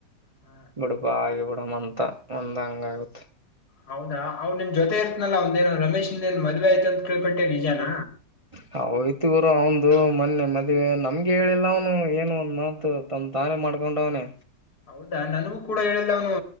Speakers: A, on the left; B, on the right.
A: ಹಾ ಹಾ
B: ಬಿಡಪ ಆಗಿ ಬಿಡಮ್ಮ ಅಂತ ಒಂದ್ ಹಂಗ ಆಗತ್
A: ಹೌದಾ ಅವ್ ನಿನ್ ಜೊತೆ ಇರ್ತನಲ್ಲಾಂದೇಏ ರಮೇಶ್ಂದೇನ್ ಮದ್ವೆ ಆಯ್ತು ಅಂತ ಕೇಳ್ಪಟ್ಟೇ ನಿಜಾನ
B: ಹ ಹೋಯ್ತು ಗುರು ಅವಂದು ಮೊನ್ನೆ ಮದ್ವೆ ನಮ್ಗೆ ಹೇಳಿಲ್ಲ ಅವನು ಏನು ಒಂದ ಮಾತ್ ಆ ತಂದ ತಾನೆ ಮಾಡ್ಕೊಂಡವನೇ
A: ಹೌದಾ ನನಗೂ ಕೂಡ ಹೇಳಿಲ್ಲ ಅವ್ನು